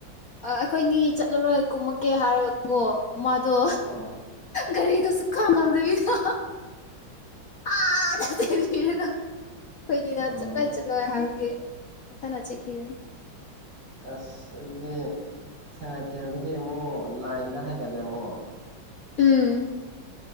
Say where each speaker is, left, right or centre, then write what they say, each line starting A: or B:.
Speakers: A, on the left; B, on the right.
A: ꯑꯩꯈꯣꯏꯅꯤ ꯆꯠꯂꯔꯣꯏ ꯀꯨꯝꯃꯒꯦ ꯍꯥꯏꯔꯒꯀꯣ ꯃꯗꯨ
B: ꯑꯣ
A: ꯒꯔꯤꯗꯨ ꯑ ꯈꯥ ꯈꯪꯗꯕꯤꯗ ꯑꯥꯗ ꯑꯩꯈꯣꯏꯅꯤꯅ
B: ꯎꯝ
A: ꯆꯠꯂꯣꯏ ꯆꯠꯂꯣꯏ ꯍꯥꯏꯕꯒꯤ ꯃꯊꯟꯅ ꯆꯤꯛꯈꯤꯕꯅꯦ
B: ꯑꯁ ꯑꯗꯨꯗꯤ ꯁꯉꯥꯏꯊꯦꯜꯗꯒꯤ ꯑꯃꯨꯛ ꯂꯥꯏꯟꯗ ꯍꯥꯏꯒꯠꯂꯦ ꯑꯃꯨꯛ
A: ꯎꯝ